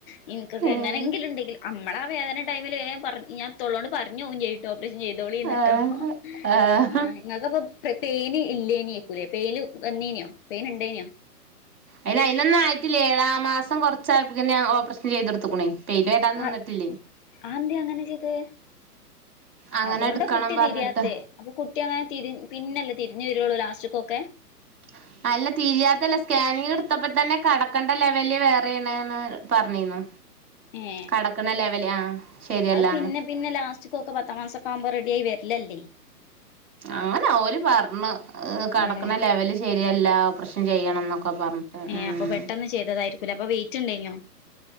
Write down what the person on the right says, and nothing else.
ഏഹ്
ആഹ് ആഹ്
അ അയിതിനൊന്നും ആയിട്ടില്ലേ ആ മാസം കൊറച്ചായ ഓപ്പറേഷൻ ചെയ്തെടുത്തക്കണേ പേര് വരാന്ന്
നിന്നിട്ടില്ലേ
അങ്ങനെ
എടുക്കണം
പറഞ്ഞിട്ട്
ഉം അല്ല തീരിയാത്തല്ല സ്കാനിങ് എടുത്തപ്പോ തന്നെ കടക്കണ്ട ലെവല് വേറെണ്ന്ന് പറഞ്ഞിന്നു
കടക്കണ ലെവല് ആഹ് ശരിയല്ലാന്ന്
അങ്ങനെ അവര് പറഞ്ഞ കടക്കുന്ന
ലെവല് ശരിയല്ല ഓപ്പറേഷൻ ചെയ്യണം എന്നൊക്കെ പറഞ്ഞിട്ട്
ഉം